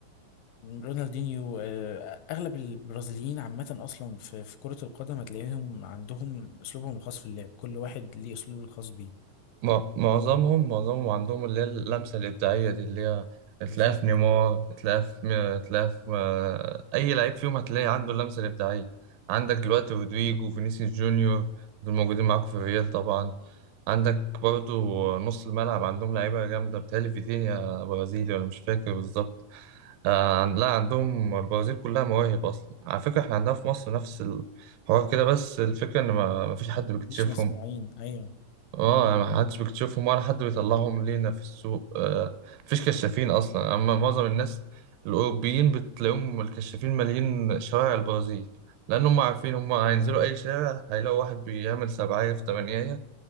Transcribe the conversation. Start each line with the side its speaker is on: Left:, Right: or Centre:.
Left: رونالدينيو آه، أغلب البرازيليين عامة أصلا في في كرة القدم هتلاقيهم عندهم أسلوبهم الخاص في اللعب كل واحد ليه أسلوبه الخاص بيه
Right: مع- معظمهم معظمهم عندهم اللي هي اللمسة الإبداعية دي اللي هي
Left: بالظبط
Right: تلاقيها في نيمار تلاقيها في تلاقيها في أي لعيب فيهم هتلاقي عنده اللمسة الإبداعية عندك دلوقتي
Left: يعني
Right: رودريجو فينيسيوس جونيور دول موجودين معاكم في الريال طبعا عندك برضو نص الملعب عندهم لعيبة جامدة بتهيألي فيتينيا برازيلي ولا مش فاكر بالظبط آه عن- لا عندهم البرازيل كلها مواهب أصلا على فكرة إحنا عندنا في مصر نفس الحوار كده بس الفكرة إن ما ما فيش حد بيكتشفهم
Left: مش مسموعين أيوه
Right: اه يعني ما حدش بيكتشفهم ولا حد بيطلعهم لينا في السوق آه مفيش كشافين اصلا اما معظم الناس الاوروبيين بتلاقيهم الكشافين مالين شوارع البرازيل لان هم عارفين هم هينزلوا اي شارع هيلاقوا واحد بيعمل سبعية في تمانية